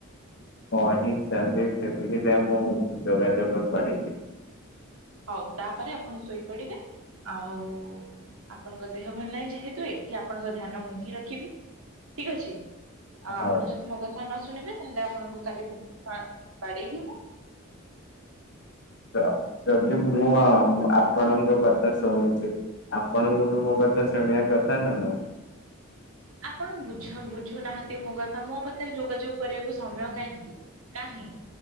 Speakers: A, on the left (about 55°); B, on the right (about 75°).
A: କହି ସାଇଲେ ସେତିକି ଯାଏ ମୁଁ ଯୋଗାଯୋଗ କରିବି।
B: ହଉ ତାପରେ ଆପଣ ଶୋଇପଡିବେ। ଆଉ ଆପଣଙ୍କ ଦେହ ଭଲ ନାହିଁ ଯେହେତୁ ଏଠି ଆପଣଙ୍କ ଧ୍ୟାନ ମୁଁ ହିଁ ରଖିବି। ଠିକ୍ ଅଛି। ଆଉ
A: ହଉ
B: ଆପଣ ଯଦି ମୋ କଥା ନ ଶୁଣିବେ ତାହେଲେ ଆପଣଙ୍କୁ କାଲି ବୁ ଆ ବାଡେଇବି ମୁଁ।
A: ତ ଯଦି ମୁଁ ଆପଣଙ୍କ କଥା ଶୁଣୁଛି। ଆପଣଙ୍କୁ ବି ମୋ କଥା ଶୁଣିବା କଥା ନା ନାଇଁ।
B: ଆପଣ ବୁଝ ବୁଝୁନାହାନ୍ତି ମୋ କଥା ମୋ ପାଖରେ ଯୋଗାଯୋଗ କରିବାକୁ ସମୟ କାହିଁକି? କାହିଁ